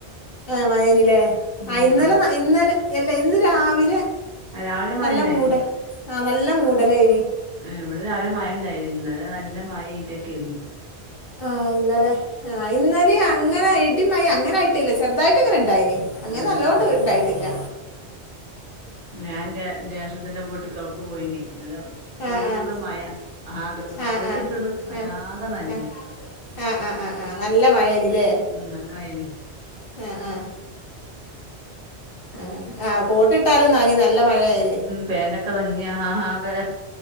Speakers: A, on the left (about 60°); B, on the right (about 55°).
A: ഏഹ് മഴെയ്നിലേ
B: ഉം
A: ആഹ് ഇന്നല
B: ഇത്-
A: ഇന്നലെ എല്ല ഇന്ന് രാവിലെ
B: ആ, രാവിലെ മഴ
A: നല്ല
B: ഉണ്ടായിനി
A: മൂട് ആഹ് നല്ല മൂടലായ്നി.
B: ഏഹ് ഇവിടെ രാവിലെ മയെ ണ്ടായ്നി ഇന്നലെ നല്ല മയേ ഇടിയക്കേയ്നി.
A: ആഹ് ഇന്നലെ ആഹ് ഇന്നലേം അങ്ങന ഇടിമയ അങ്ങനെ ആയിട്ടില്ല ചെറുതായിട്ട്ങ്ങനെ ണ്ടായീനി. അങ്ങനല്ലോണ്ട്
B: ഏഹ്
A: ണ്ടായിട്ടില്ല.
B: ഞാന്റെ ജേഷ്ടത്തിന്റെ വീട്ടിക്ക് ഔട്ക്ക് പോയിനി ന്നലെ- ഫുള്ള്
A: ആ ആ
B: മയ ആത്
A: ആഹ്
B: കോട്ട്ട്ട്ണ്ണ്
A: ആഹ്
B: വല്ലാത
A: ആഹ്
B: നനഞ്ഞ്.
A: ആഹ്
B: <inaudible>
A: ആഹ് ആഹ് ആഹ് ആഹ് നല്ല മഴേനില്ലേ.
B: ഉം നല്ല മഴേനി
A: ആഹ് ആഹ് ആഹ് ആഹ് കോട്ടിട്ടാലും നനീം നല്ല മഴയായാല്.
B: പാന്റൊക്കെ നഞ്ഞ് ആകെ